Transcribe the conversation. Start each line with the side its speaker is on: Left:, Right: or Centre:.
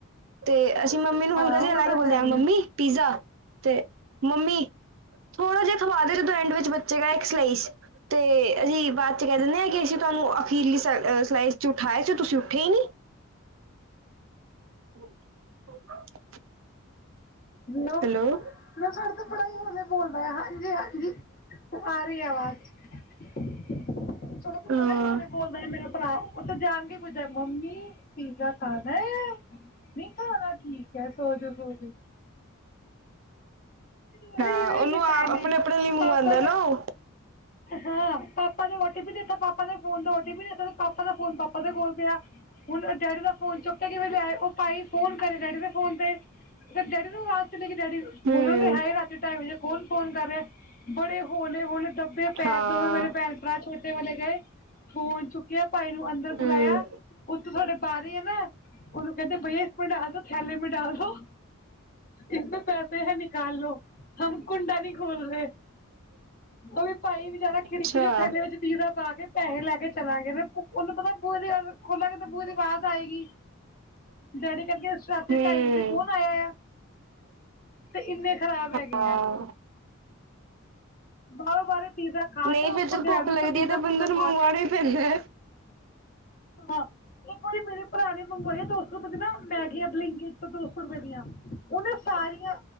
Right: ਤੇ ਅਸੀਂ ਮੰਮੀ ਨੂੰ
Left: ਹਾਂ
Right: ਹਲਕਾ ਜਿਹਾ
Left: ਉਹ
Right: ਹਲਾ
Left: ਤਾਂ
Right: ਕੇ ਬੋਲਦੇਿਆ
Left: ਹੈ ਹੀ
Right: ਮੰਮੀ
Left: ਆ
Right: ਪੀਜ਼ਾ ਤੇ ਮੰਮੀ ਥੋੜਾ ਜਿਹਾ ਥਵਾ ਦੇ ਜਦੋਂ ਐਂਡ ਵਿੱਚ ਬੱਚੇਗਾ ਇੱਕ ਸਲਾਈਸ ਤੇ ਅਸੀਂ ਬਾਅਦ 'ਚ ਕਹਿ ਦਿੰਦੇ ਹਾਂ ਕਿ ਅਸੀਂ ਤੁਹਾਨੂੰ ਅਖੀਰਲੀ ਸਲ ਸਲਾਈਸ 'ਚ ਉਠਾਇਆ ਸੀ ਤੁਸੀਂ ਉੱਠੇ ਈ ਨੀ। <inaudible> <inaudible>
Left: ੂੰ <unintelligible> <unintelligible>
Right: ਹੈਲੋ
Left: ਮੈਂ ਸਾਡੇ ਤੇ ਬੜਾ ਈ ਹੋਲੇ ਬੋਲਦਾ ਹਾਂਜੀ - ਹਾਂਜੀ ਆ ਰਹੀ ਆਵਾਜ਼। ਸਾਡੇ ਤੇ
Right: ਹਾਂ
Left: ਬੜਾ ਹੋਲੇ ਬੋਲਦਾ ਮੇਰਾ ਭਰਾ। ਉਹ ਤਾਂ ਜਾਨ ਕੇ ਪੁੱਛਦਾ ਮੰਮੀ ਪੀਜ਼ਾ ਖਾਨਾ ਆ। ਨਹੀਂ ਖਾਨਾ ਠੀਕ ਹੈ ਸੋਜੋ - ਸੋਜੋ। ਦੁਬਾਰਾ
Right: ਹਾਂ
Left: ਹੀ ਨਹੀਂ
Right: ਉਹਨੂੰ
Left: ਕੀਤਾ
Right: ਆਪ
Left: ਇਹਨੇ
Right: ਅਪਣੇ -ਅਪਣੇ ਲਈ ਮੰਗਵਾਂਦਾ
Left: ਪਾਪਾ
Right: ਨਾ
Left: ਦਾ
Right: ਉਹ।
Left: ਹਾਂ ਪਾਪਾ ਨੇ ਓਟੀ ਪੀ ਦਿੱਤਾ ਪਾਪਾ ਨੇ ਫੋਨ ਦਾ ਓਟੀ ਪੀ ਦਿੱਤਾ ਤੇ ਪਾਪਾ ਦਾ ਫੋਨ ਪਾਪਾ ਦੇ ਕੋਲ ਪਿਆ। ਹੁਨ ਡੈਡੀ ਦਾ ਫੋਨ ਚੁੱਕ ਕੇ ਕਿਵੇਂ ਲਿਆਏ ਉਹ ਭਾਈ ਫੋਨ ਕਰੇ ਡੈਡੀ ਦੇ ਫੋਨ ਤੇ। ਫੇਰ ਡੈਡੀ ਨੂੰ ਅਵਾਜ਼ ਚਲੀ ਗਈ ਡੈਡੀ
Right: ਹਮ
Left: ਬੋਲਣਗੇ ਹਾਏ ਰਾਤੀ ਢਾਈ ਵਜੇ ਕੌਨ ਫੋਨ ਕਰ ਰਿਹਾ। ਬੜੇ ਹੋਲੇ-ਹੋਲੇ ਦੱਬੇ ਪੈਰ
Right: ਹਾਂ
Left: ਦੋਵੇ ਮੇਰੇ ਭੈਣ-ਭਰਾ ਛੋਟੇ ਵਾਲੇ ਗਏ। ਫੋਨ ਚੁੱਕਿਆ ਭਾਈ ਨੂੰ ਅੰਦਰ
Right: ਹਮ
Left: ਬੁਲਾਇਆ ਉਤੋਂ ਸਾਡੇ ਬਾਰੀ ਏ ਨਾ। ਉਹਨੂੰ ਕਹਿੰਦੇ ਭਾਈਆ ਇਸਮੇਂ ਡਾਲ ਦੋ ਥੈਲੇ ਮੈਂ ਡਾਲ ਦੋ। ਇਸਮੇ ਪੈਸੇ ਹੈ ਨਿਕਾਲ ਲੋ ਹਮ ਕੁੰਡਾ ਨਹੀਂ ਖੋਲ ਰਹੇ। ਉਹ ਵੀ ਭਾਈ ਵਿਚਾਰਾ
Right: ਅੱਛਾ
Left: ਖਿੜਕੀ ਚੋ ਥੈਲੇ ਵਿੱਚ ਪੀਜ਼ਾ ਪਾ ਕੇ ਪੈਹੇ ਲੈ ਕੇ ਚਲਾ ਗਿਆ। ਉਹਨੂੰ ਪਤਾ ਪੂਰੀ ਏਵੇਂ ਖੋਲਾਂਗੇ ਤੇ ਪੂਰੀ ਵਾਜ਼ ਆਏਗੀ। ਡੈਡੀ ਕਹਿੰਨਗੇ ਰਾਤੀ
Right: ਹਮ
Left: ਢਾਈ ਵਜੇ ਕੌਨ ਆਇਆ ਆ। ਤੇ ਇੰਨੇ ਖ਼ਰਾਬ ਹੈਗੇ
Right: ਹਾਂ
Left: ਆ। ਬਾਹਰੋਂ-ਬਾਹਰੇ ਪੀਜ਼ਾ ਖਾ
Right: ਨਹੀਂ
Left: ਕੇ ਉੱਤੋਂ
Right: ਫੇਰ ਜਦੋਂ
Left: ਗੈਲਰੀ
Right: ਭੁੱਖ ਲੱਗਦੀ
Left: ਚੋਂ ਪੀਜ਼ਾ
Right: ਹੈ ਤੇ
Left: ਪੂਜ਼ਾ
Right: ਬੰਦੇ ਨੂੰ
Left: ਖਾ
Right: ਮੰਗਵਾਣਾ
Left: ਕੇ
Right: ਹੀ ਪੈਂਦਾ।
Left: ਹਾਂ ਇੱਕ ਵਾਰੀ ਮੇਰੇ ਭਰਾ ਨੇ ਮੰਗਵਾਏ ਦੋ ਸੌ ਰੁਪਏ ਦੀ ਨਾ ਮੈਗੀ ਬਲਿੰਗ ਕਿ ਦੋ ਸੌ ਰੁਪਏ ਦੀਆਂ ਉਹਨੇ ਸਾਰੀਆਂ